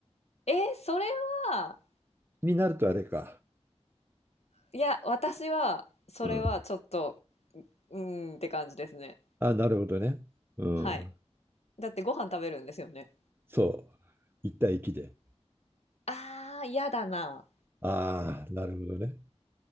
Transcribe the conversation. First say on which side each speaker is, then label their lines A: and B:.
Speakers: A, on the left; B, on the right.
A: えそれは、
B: になるとあれか。
A: いや、私は、それはちょっと
B: うん。
A: うーんって感じですね。
B: あ、なるほどね。うん。
A: はい。だってご飯食べるんですよね。
B: そう。一対一で。
A: ああ、嫌だな。
B: ああ、なるほどね。